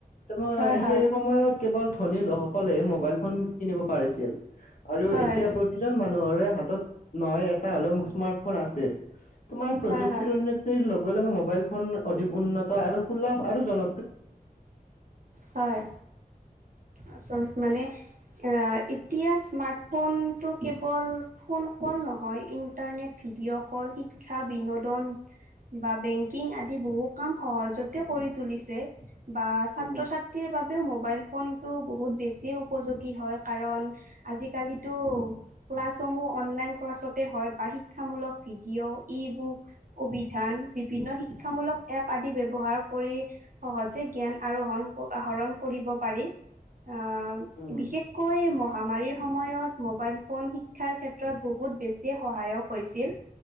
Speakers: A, on the left; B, on the right.
A: তোমাৰ
B: হয় হয়।
A: সেই সময়ত কেৱল ধনী লোকসকলে মোবাইল ফোন কিনিব পাৰিছিল আৰু
B: হয়
A: এতিয়া প্ৰতিজন মানুহৰে হাতত নহয় এটা হলেও স্মাৰ্টফোন আছে তোমাৰ প্ৰযুক্তিৰ
B: হয় হয়।
A: উন্নতিৰ লগে লগে মোবাইল ফোন অধিক উন্নত আৰু সুলভ আৰু জন
B: হয় আচলতে মানে অ এতিয়া স্মাৰ্ট ফোনতটো কেৱল ফোন কল নহয় ইণ্টাৰনেট ভিডিঅ' কল, শিক্ষা বিনোদন বা বেংকিং আদি বহু কাম সহজতে কৰি তুলিছে বা ছাত্ৰ
A: উম
B: ছাত্ৰীৰ বাবে তথাপিও মোৱাইল ফোনতটো বহুত বেছিও উপযোগী হয় কাৰণ আজিকালিতো ক্লাছসমূহ অনলাইন ক্লাছতে হয় বা শিক্ষামূলক ভিডিঅ', ই বুক, অভিধান বিভিন্ন শিক্ষামূলক এপ আদি ব্যৱহাৰ কৰি সহজে জ্ঞান আৰোহণ আহৰণ কৰিব পাৰি অ
A: উম
B: বিশেষকৈ মহ মহামাৰীৰ সময়ত মোৱাইল ফোন শিক্ষাৰ ক্ষেত্ৰত বহুত বেছি সহায়ক হৈছিল